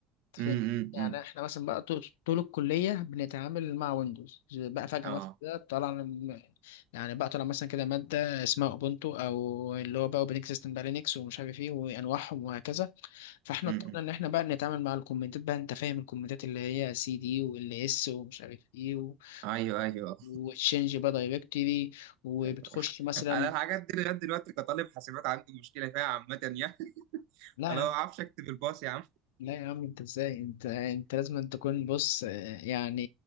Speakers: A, on the left; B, on the right.
A: فاهم؟
B: امم
A: يعني احنا مثلا بقى طول طول الكلية بنتعامل مع ويندوز بقى فجأة
B: اه
A: مثلا كده طلع لنا- يعني بقى طلع مثلا كده مادة اسمها اوبونتو او اللي هو بقى اوبريتنج سيستم بقى لينكس ومش عارف ايه وانواعهم وهكذا فاحنا
B: امم
A: اضطرينا ان احنا بقى نتعامل مع الكومنتات بقى انت فاهم الكومنتات اللي هي سي دي وال اس ومش عارف ايه و-
B: ايوه ايوه
A: وتشينج بقى دايركتري وبتخش
B: ايوه <laughs>
A: مثلا
B: انا الحاجات دي لغايه دلوقتي كطالب حاسبات عندي مشكله فيها عامه يعني <laughs>
A: لا
B: انا
A: يا عم
B: ما بعرفش اكتب الباص يا عم
A: لا يا عم انت ازاي انت انت لازم أن تكون بص آه، يعني